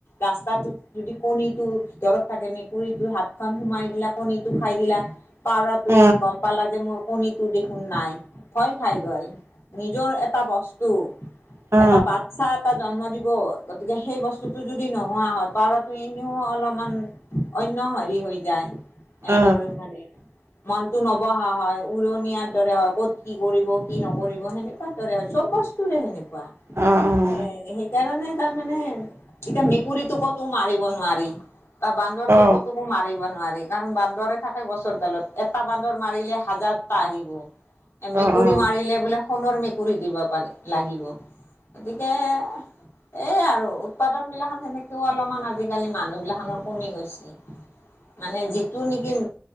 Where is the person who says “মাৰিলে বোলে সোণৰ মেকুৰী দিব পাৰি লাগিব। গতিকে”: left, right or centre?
Left